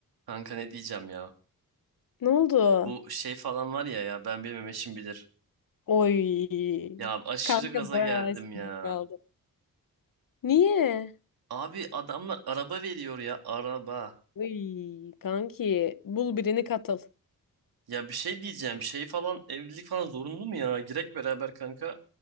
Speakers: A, on the right; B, on the left.
A: Kanka ne diyeceğim ya?
B: Ne oldu?
A: Bu şey falan var ya ya ben bilmem eşim bilir.
B: Oy.
A: Ya aşırı
B: Kanka
A: gaza
B: bayağı
A: geldim
B: eskide
A: ya.
B: kaldı. Niye?
A: Abi adamlar araba veriyor ya araba.
B: Oy kanki bul birini katıl.
A: Ya bir şey diyeceğim şey falan evlilik falan zorunlu mu ya? Girek beraber kanka.